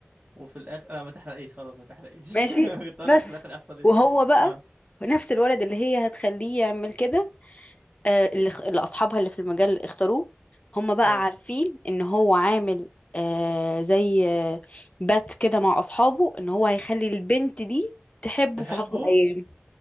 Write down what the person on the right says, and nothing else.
وفي الاخر لا ما تحرقيش خلاص ما تحرقيش
<laughs> كنت اقول
لك في الاخر يحصل ايه
اه
اه
تحبه